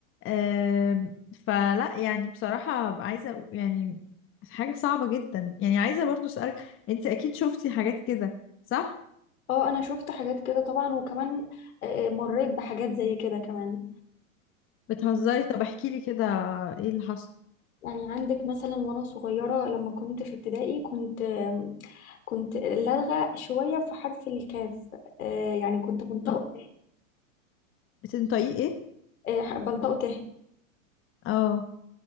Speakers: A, on the left; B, on the left.
A: آم، فلا يعني بصراحة أبقى عايزة أقو- يعني حاجة صعبة جدا يعني عايزة برضو أسألك انت اكيد شفتي حاجات كده صح
B: اه انا شفت حاجات كده طبعا وكمان آه، آه، مريت بحاجات زي كده كمان
A: بتهزري طب احكي لي كده ايه اللي حصل
B: يعني عندك مثلا وانا صغيرة لما كنت في ابتدائي كنت آم، كنت لدغة شوية في حرف الكاف آه، يعني كنت بنطقه
A: آه. بتنطقيه ايه
B: آه، بنطقه ت
A: اه